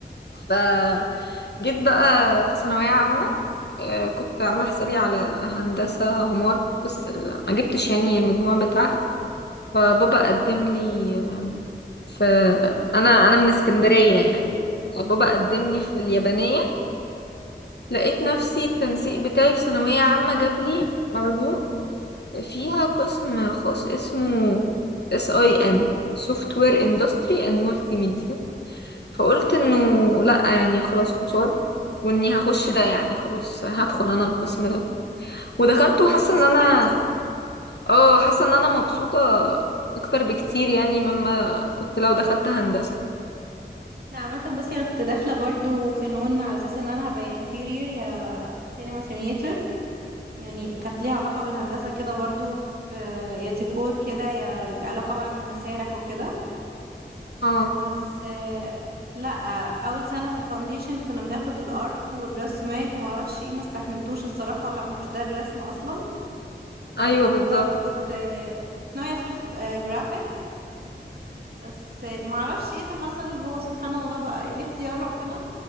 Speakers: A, on the left; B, on the right.
A: فجيت بقى في ثانويه عامه آه، كنت عامله حسابي على هندسه عمار بس آه، ما جبتش يعني المجموع بتاعها فبابا قدم لي فانا انا أنا من اسكندريه يعني وبابا قدم لي في اليابانيه لقيت نفسي التنسيق بتاعي في ثانويه عامه جاب لي علوم فيها قسم خاص اسمه اس اي ام سوفت وير اندستري اند مولتي ميديا فقلت انه لا يعني خلاص مصاب واني هخش ده يعني خلاص هدخل انا القسم ده ودخلت
B: ايه
A: وحاسه
B: بس اسمع
A: ان انا
B: حلو
A: اه حاسه ان انا مبسوطه اكتر بكتير يعني مما كنت لو دخلت هندسه
B: لا عامة بصي انا كنت داخلة برضو فنون على اساس ان انا هبقى يا انتيرير يا سينما سينيتر يعني كانت ليها علاقة بالهندسة كده برضو في- يا ديكور كده يا علاقة بقى بالمسارح وكده
A: اه
B: بس آه، لا اول سنه في الفاونديشن كنا بناخد الارك والرسومات وما اعرفش ايه ما استحملتوش الصراحه ولا مش ده الرسم اصلا فاخترت
A: ايوه بالظبط
B: كنت آه، كنت ناويه ادخل في آه، جرافيك بس آه، ما اعرفش ايه اللي حصل هو سبحان الله بقى يعني اختيار ربنا